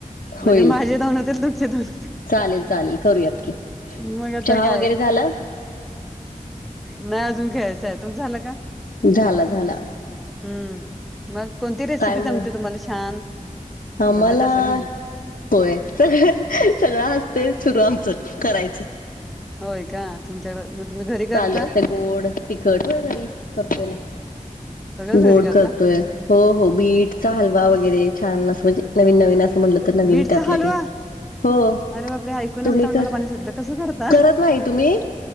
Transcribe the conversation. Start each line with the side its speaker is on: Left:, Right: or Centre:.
Centre: म्हणजे
Left: होईल
Centre: माझे दोन होत्यात तुमचे दोन होत्यात.
Left: चालेल चालेल करूयात की
Centre: मग आता
Left: चहा
Centre: काय?
Left: वगैरे झाला
Centre: नाही अजून घ्यायचं आहे, तुमचा झाला का?
Left: झाला झाला
Centre: हम्म, मग कोणती रेसिपी
Left: काय मग
Centre: जमते तुम्हाला छान?
Left: आम्हाला
Centre: जमत असेल ना म्हण
Left: होय सगळं, सगळं असते सुरू आमचं करायचं.
Centre: होय का तुमच्याकडे मग तुम्ही घरी करता
Left: चालू अस गोड तिखट घरी करतोय ना
Centre: सगळंच
Left: गोड
Centre: घरी करता
Left: करतोय हो हो बीटचा हलवा वगैरे छान असं म्हणजे नवीन नवीन असं म्हणलं तर नवीन
Centre: बीटचा
Left: त्यातलं
Centre: हलवा
Left: ते हो
Centre: अरे बापरे ऐकूनच
Left: तुम्ही
Centre: तोंडाला
Left: कर,
Centre: पाणी सुटलं कसं करता
Left: करत नाही तुम्ही?